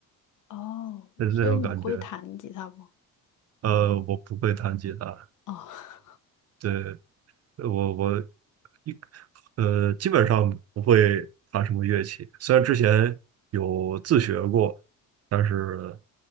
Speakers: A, on the left; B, on the right.
A: 哦，
B: 就是那种感觉，
A: 所以你会弹吉他吗？
B: 呃，我不会弹吉他，
A: 哦
B: 对，我我一呃，基本上不会弹什么乐器，虽然之前有自学过，但是